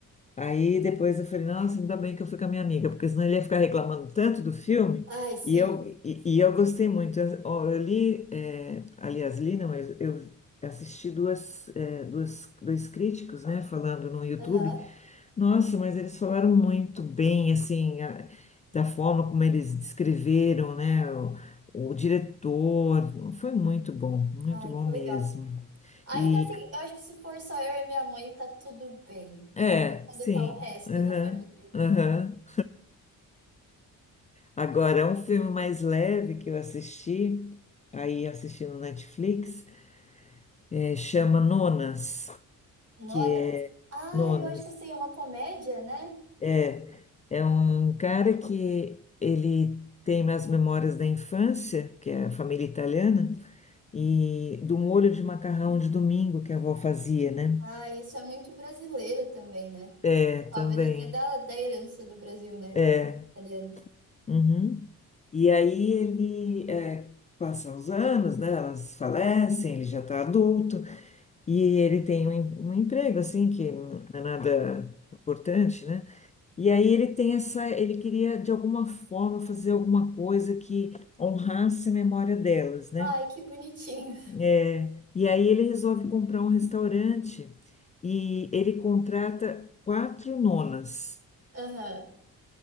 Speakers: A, on the left (about 20°); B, on the right (about 40°).
A: Aí depois eu falei, nossa, ainda bem que eu fui com a minha amiga, porque senão ele ia ficar reclamando tanto do filme.
B: Ai, sim.
A: E eu, e, e eu gostei muito. Eu, ó, eu li, é, aliás, li, não, eu, eu assisti duas, é, duas, dois críticos, né, falando no YouTube.
B: Aham.
A: Nossa, mas eles falaram muito bem, assim, a- da forma como eles descreveram, né, o, o diretor. Foi muito bom, muito
B: Ai,
A: bom
B: que legal.
A: mesmo.
B: Ainda
A: E,
B: assim, eu acho que se for só eu e minha mãe, tá tudo bem.
A: é,
B: Ou quando
A: sim,
B: tá o resto
A: aham,
B: da família.
A: aham. Agora, um filme mais leve que eu assisti, aí eu assisti no Netflix, é, chama Nonas,
B: Nona?
A: que é
B: Ai,
A: Nonas.
B: eu acho que eu sei, é uma comédia, né?
A: É, é um cara que ele tem as memórias da infância, que é a família italiana, e do molho de macarrão de domingo que a avó fazia, né?
B: Ah, isso é muito brasileiro também, né?
A: É,
B: Talvez
A: também.
B: até da, da herança do Brasil, né?
A: É.
B: Com os italianos.
A: uhum. E aí ele é, passa os anos, né? Elas falecem, ele já está adulto. E ele tem um, um emprego, assim, que não é nada importante, né? E aí ele tem essa, ele queria, de alguma forma, fazer alguma coisa que honrasse a memória delas, né?
B: Ai, que bonitinho.
A: É, E aí ele resolve comprar um restaurante e ele contrata quatro nonas
B: Aham.